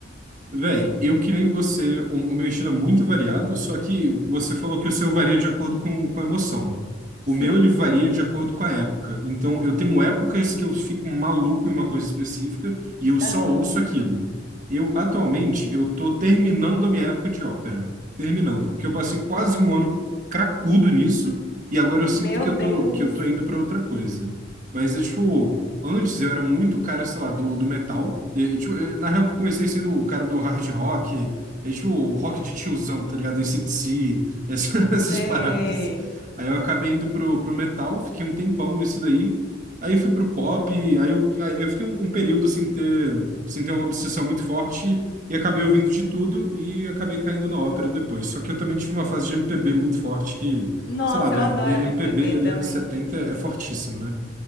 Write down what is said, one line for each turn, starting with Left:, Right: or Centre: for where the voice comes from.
Right: Véi, eu que nem você, o, o meu estilo é muito variado, só que você falou que o seu varia de acordo com, com a emoção.
Left: Sim.
Right: O meu, ele varia de acordo com a época. Então, eu tenho épocas que eu fico maluco em uma coisa específica e eu só
Left: Aham.
Right: ouço aquilo. Eu, atualmente, eu tô terminando a minha época de ópera. Terminando, porque eu passei quase um ano cracudo nisso e agora eu sinto
Left: Meu
Right: que eu tô,
Left: Deus.
Right: que eu tô indo para outra coisa. Mas é tipo, Antes eu era muito cara, sei lá, do, do metal. E, e, tipo, eh, na real que eu comecei sendo o cara do hard rock, é tipo o rock de tiozão, tá ligado? AC/DC, essa- <laughs>
Left: Sei.
Right: essas paradas. Aí eu acabei indo pro, pro metal, fiquei um tempão nisso daí. Aí fui pro pop, aí eu, aí eu fiquei um, um período sem ter, sem ter uma obsessão muito forte e acabei ouvindo de tudo e acabei caindo na ópera depois. Só que eu também tive uma fase de MPB muito forte que,
Left: Nossa,
Right: sei lá, velho,
Left: eu adoro
Right: MPB
Left: MPB
Right: ali
Left: também.
Right: anos 70 é fortíssimo, né?